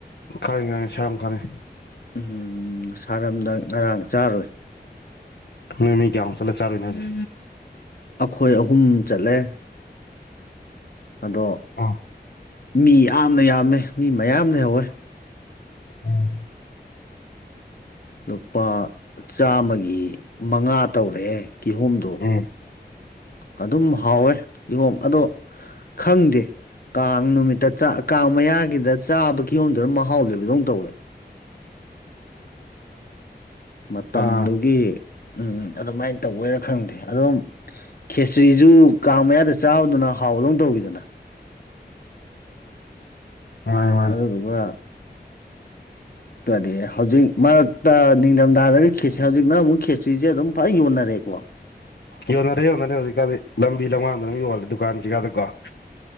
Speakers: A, on the left; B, on the left.
A: ꯈꯪꯉꯤ ꯈꯪꯉꯤ ꯁꯔꯝ ꯈꯪꯉꯤ
B: ꯎꯝ ꯁꯥꯔꯝꯗ ꯉꯔꯥꯡ ꯆꯥꯔꯨꯣꯏ
A: ꯅꯣꯏ ꯃꯤ ꯀꯌꯥ ꯃꯨꯛ ꯆꯠꯂꯥ ꯆꯔꯨꯏꯅꯣ ꯍꯥꯏꯁꯦ
B: ꯑꯩꯈꯣꯏ ꯑꯍꯨꯝ ꯆꯠꯂꯦ ꯑꯗꯣ
A: ꯑꯥ
B: ꯃꯤ ꯌꯥꯝꯅ ꯌꯥꯝꯃꯦ ꯃꯤ ꯃꯌꯥꯝ ꯂꯩꯍꯧꯋꯦ
A: ꯑꯥ
B: ꯂꯨꯄꯥ ꯆꯥꯝꯃꯒꯤ ꯃꯉꯥ ꯇꯧꯔꯛꯑꯦ ꯀꯤꯍꯣꯝꯗꯣ
A: ꯎꯝ
B: ꯑꯗꯨꯝ ꯍꯥꯎꯋꯦ ꯀꯤꯍꯣꯝ ꯑꯗꯣ ꯈꯪꯗꯦ ꯀꯥꯡ ꯅꯨꯃꯤꯠꯇ ꯆꯥ ꯀꯥꯡ ꯃꯌꯥꯒꯤꯗ ꯆꯥꯕ ꯀꯤꯌꯣꯝꯗꯨꯅꯥ ꯃꯍꯥꯎ ꯂꯩꯕꯗꯧ ꯇꯧꯋꯦ ꯃꯇꯝꯗꯨꯒꯤ
A: ꯑꯥ
B: ꯎꯝ ꯑꯗꯨꯃꯥꯏꯅ ꯇꯧꯕꯩꯔ ꯈꯪꯗꯦ ꯑꯗꯨꯝ ꯈꯦꯆ꯭ꯔꯤꯁꯨ ꯀꯥꯡ ꯃꯌꯥꯗ ꯆꯥꯕꯗꯨꯅ ꯍꯥꯎ ꯍꯥꯑꯣꯕꯗꯧ ꯇꯧꯏ ꯗꯅ
A: ꯃꯥꯅꯤ ꯃꯥꯅꯤ
B: ꯑꯗꯨꯗꯨꯒ ꯗꯤ ꯍꯧꯖꯤꯛ ꯃꯔꯛꯇ ꯊꯗꯒꯥ ꯈꯦꯆ꯭ꯔꯤ ꯍꯧꯖꯤꯛꯅꯥ ꯑꯃꯨꯛ ꯈꯦꯆ꯭ꯔꯤ ꯑꯗꯨꯝ ꯐꯖꯅꯥ ꯌꯣꯟꯅꯔꯦ ꯀꯦ ꯎꯝ
A: ꯌꯣꯟꯅꯔꯦ ꯌꯣꯟꯅꯔꯦ ꯍꯧꯖꯤꯛꯀꯥꯟꯗꯤ ꯂꯝꯕꯤ ꯂꯝꯈꯥꯡ ꯗꯨꯝ ꯌꯣꯟꯅꯔꯦ ꯗꯨꯀꯥꯟ ꯀꯩꯀꯥꯗ ꯀꯣ